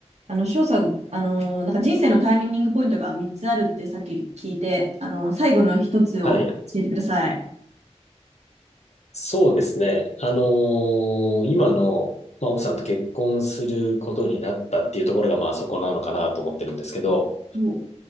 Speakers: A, on the right (about 70°); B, on the left (about 70°).
A: あの、翔さん、あのーなんか人生のタイミングポイントが3つあるってさっき聞いて、あのー最後の一つを教えてください。
B: はい。そうですね。あのー今の、まあ、奥さんと結婚することになったっていうところが、まあ、そこなのかなと思ってるんですけど、
A: お